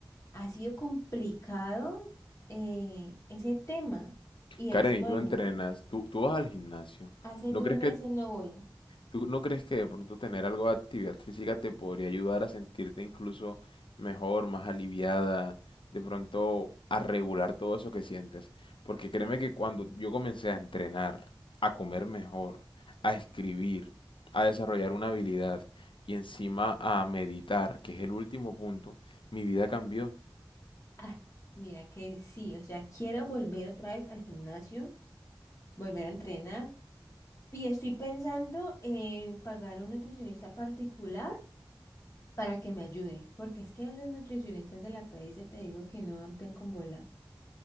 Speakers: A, on the left (about 35°); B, on the left (about 80°).
A: ha sido complicado eh, ese tema y el
B: Karen,
A: sueño.
B: y tú entrenas, tú, tú vas al gimnasio.
A: Hace
B: ¿No
A: dos
B: crees
A: meses
B: que
A: no voy.
B: ¿Tú no crees que de pronto tener algo de actividad física te podría ayudar a sentirte incluso mejor, más aliviada, de pronto a regular todo eso que sientes? Porque créeme que cuando yo comencé a entrenar, a comer mejor, a escribir, a desarrollar una habilidad y encima a meditar, que es el último punto, mi vida cambió.
A: Ah, Mira que sí, o sea, quiero volver otra vez al gimnasio volver a entrenar. Y estoy pensando en pagar a un nutricionista particular para que me ayude, porque es que a esos nutricionistas de la PS te digo que no dan pen con bola.